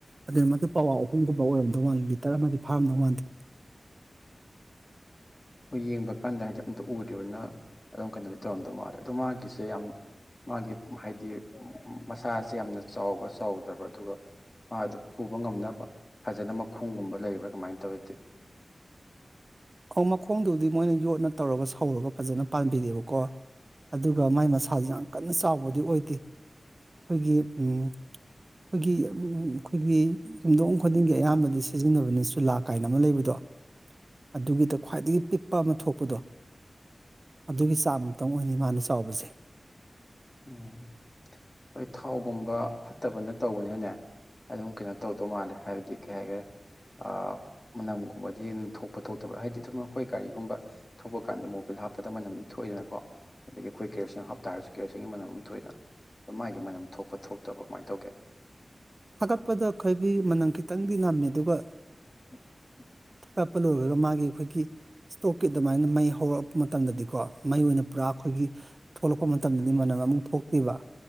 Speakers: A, on the right; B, on the left.
A: ꯑꯗꯨꯅ ꯃꯗꯨ ꯄꯋꯥ ꯑꯍꯨꯝꯒꯨꯝꯕ ꯑꯣꯏꯔꯝꯗꯧ ꯃꯥꯥꯜꯂꯤ ꯂꯤꯇꯔ ꯑꯃꯗꯤ ꯐꯥꯔꯝꯗꯧ ꯃꯥꯟꯗꯦ꯫
B: ꯍꯣꯏ ꯌꯦꯡꯕ ꯀꯥꯟꯗ ꯍꯥꯏꯗꯤ ꯑꯝꯇ ꯎꯗ꯭ꯔꯤꯕꯅꯤꯅ ꯑꯗꯨꯝ ꯀꯩꯅꯣꯗꯤ ꯇꯧꯔꯝꯗꯧ ꯃꯥꯜꯂꯦ ꯑꯗꯣ ꯃꯥꯒꯤꯁꯦ ꯌꯥꯝ ꯃꯥꯒꯤ ꯍꯥꯏꯗꯤ ꯃ-ꯃꯁꯥꯁꯦ ꯌꯥꯝꯅ ꯆꯥꯎꯕ ꯆꯥꯎꯗ꯭ꯔꯕꯥ ꯑꯗꯨꯒ ꯃꯥꯗꯨ ꯄꯨꯕ ꯉꯝꯅꯕ ꯐꯖꯅ ꯃꯈꯣꯡꯒꯨꯝꯕ ꯂꯩꯕ꯭ꯔꯥ ꯀꯃꯥꯏꯅ ꯇꯧꯋꯤ ꯗꯨꯗꯤ꯫
A: ꯑꯧ ꯃꯈꯣꯡꯗꯨꯕꯨꯗꯤ ꯃꯣꯏꯅ ꯌꯣꯠꯅ ꯇꯧꯔꯒ ꯁꯧꯔꯒ ꯐꯖꯅ ꯄꯥꯟꯕꯤꯔꯦꯕꯀꯣ꯫ ꯑꯗꯨꯒ ꯃꯥꯏ ꯃꯁꯥꯁꯦ ꯌꯥꯝ ꯀꯟꯅ ꯆꯥꯎꯕꯗꯤ ꯑꯣꯏꯗꯦ ꯑꯩꯈꯣꯏꯒꯤ ꯎꯝ ꯑꯩꯈꯣꯏꯒꯤ ꯎꯝ ꯑꯩꯈꯣꯏꯒꯤ ꯌꯨꯝꯊꯣꯡ ꯈꯨꯗꯤꯡꯒꯤ ꯑꯌꯥꯝꯕꯗꯤ ꯁꯤꯖꯤꯟꯅꯕꯅꯦ ꯆꯨꯂꯥ ꯀꯥꯏꯅ ꯑꯃ ꯂꯩꯕꯗꯣ꯫ ꯑꯗꯨꯒꯤꯗ ꯈ꯭ꯋꯥꯏꯗꯒꯤ ꯄꯤꯛꯄ ꯑꯃ ꯊꯣꯛꯄꯗꯣ꯫ ꯑꯗꯨꯒꯤ ꯆꯥꯡ ꯃꯨꯛꯇꯪ ꯑꯣꯏꯅꯤ ꯃꯥꯅ ꯆꯥꯎꯕꯁꯦ꯫
B: ꯎꯝ ꯍꯣꯏ ꯊꯥꯎꯒꯨꯝꯕ ꯐꯠꯇꯕꯅ ꯇꯧꯕꯅꯤꯅꯅꯦ ꯑꯗꯨꯝ ꯀꯩꯅꯣ ꯇꯧꯗꯧ ꯃꯥꯜꯂꯦ ꯍꯥꯏꯕꯗꯤ ꯀꯩ ꯍꯥꯏꯒ꯭ꯔꯦ ꯑꯥ ꯃꯅꯝꯒꯨꯝꯕꯗꯤ ꯑꯗꯨꯝ ꯊꯣꯛꯄ ꯊꯣꯛꯇꯕ꯭ꯔꯥ ꯍꯥꯏꯗꯤ ꯑꯗꯨꯝ ꯑꯩꯈꯣꯏ ꯒꯥꯔꯤꯒꯨꯝꯕ ꯊꯧꯕ ꯀꯥꯟꯗ ꯃꯣꯕꯤꯜ ꯍꯥꯞꯄꯗ ꯃꯅꯝ ꯊꯣꯛꯏꯗꯅꯀꯣ ꯑꯗꯒꯤ ꯑꯩꯈꯣꯏ ꯀꯦꯔꯣꯁꯤꯟ ꯍꯥꯞꯇꯥꯔꯁꯨ ꯀꯦꯔꯣꯁꯤꯟ ꯒꯤ ꯃꯅꯝ ꯑꯃ ꯊꯣꯛꯏꯅ ꯑꯗꯨ ꯃꯥꯏꯗꯤ ꯃꯅꯝ ꯊꯣꯛꯄ ꯊꯣꯛꯇꯕ꯭ꯔꯥ ꯀꯃꯥꯏꯅ ꯇꯧꯒꯦ꯫
A: ꯊꯥꯒꯠꯄꯗ ꯑꯈꯣꯏꯒꯤ ꯃꯅꯝ ꯈꯤꯇꯪꯗꯤ ꯅꯝꯃꯦ ꯑꯗꯨꯒ
B: <inaudible>
A: ꯊꯥꯒꯠꯄ ꯂꯣꯏꯒ꯭ꯔꯒ ꯃꯥꯒꯤ ꯑꯩꯈꯣꯏꯒꯤ ꯁ꯭ꯇꯣꯚꯀꯤ ꯑꯗꯨꯃꯥꯏꯅ ꯃꯩ ꯍꯧꯔꯛꯄ ꯃꯇꯝꯗꯗꯤꯀꯣ ꯃꯩ ꯑꯣꯏꯅ ꯄꯨꯔꯥ ꯑꯈꯣꯏꯒꯤ ꯊꯣꯛꯂꯛꯄ ꯃꯇꯝꯗꯗꯤ ꯃꯅꯝ ꯑꯃꯨꯛ ꯊꯣꯛꯇꯦꯕ